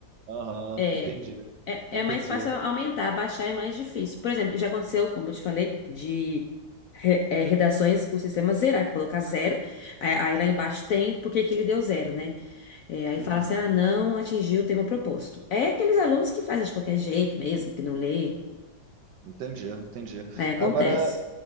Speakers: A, on the right (about 65°); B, on the left (about 65°).
A: Aham,
B: É,
A: entendi.
B: é,
A: Entendi.
B: é mais fácil aumentar, abaixar é mais difícil. Por exemplo, já aconteceu, como eu te falei, de re- é, redações, o sistema zerar, colocar zero. Aí, aí lá embaixo tem por que que ele deu zero, né? É, aí
A: Uhum.
B: fala assim, ah, não atingiu o tema proposto. É aqueles alunos que fazem de qualquer jeito mesmo, que não lê.
A: Entendi, entendi.
B: Aí acontece.
A: Agora,